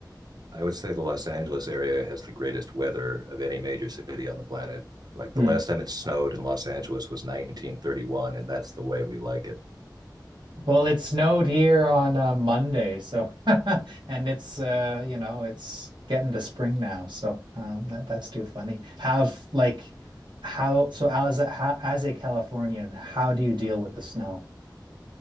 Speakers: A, on the right; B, on the right.
A: I would say the Los Angeles area has the greatest weather of any major city on the planet. Like
B: Hmm.
A: the last time it snowed in Los Angeles was 1931, and that's the way we like it.
B: Well, it snowed here on uh, Monday, so <laughs> and it's uh, you know, it's getting to spring now, so um, that that's too funny. Have like how so as a how, as a Californian, how do you deal with the snow?